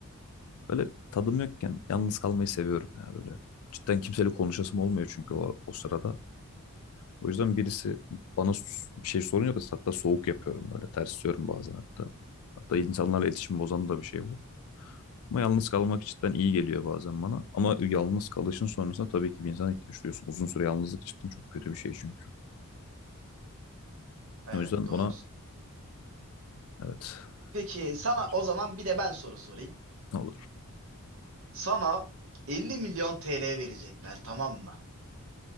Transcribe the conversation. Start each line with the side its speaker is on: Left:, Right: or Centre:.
Left: Böyle tadım yokken yalnız kalmayı seviyorum ya böyle. Cidden kimseyle konuşasım olmuyor çünkü o, o sırada. O yüzden birisi bana s- bir şey soruyor da hatta soğuk yapıyorum böyle tersliyorum bazen hatta. Hatta insanlarla iletişim bozan da bir şey bu. Ama yalnız kalmak cidden iyi geliyor bazen bana. Ama yalnız kalışın sonrasında tabii ki bir insana ihtiyaç duyuyorsun. Uzun süre yalnızlık cidden çok kötü bir şey çünkü.
Right: Evet,
Left: O yüzden
Right: doğrusu.
Left: buna evet
Right: Peki
Left: bana
Right: sana
Left: böyle bir cevap
Right: o zaman
Left: ver.
Right: bir de ben soru sorayım.
Left: Hı, olur.
Right: Sana 50 milyon TL verecekler, tamam mı?